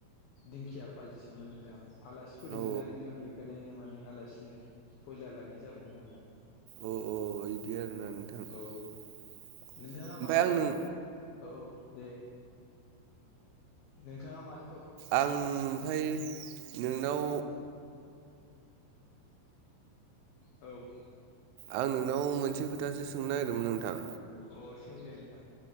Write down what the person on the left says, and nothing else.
दिंखिया फाजिसोमोन नोंथां आलासि फैदोंमोन
ना नोंथां बेखायनो माने आलासिनो ब्रयलार लायनाय जादोंमोन आरो ना
औ नोंथाङा
मानोबाफोर
कल औ दे नोंथाङा मानो
औ
औ सों दे नोंथां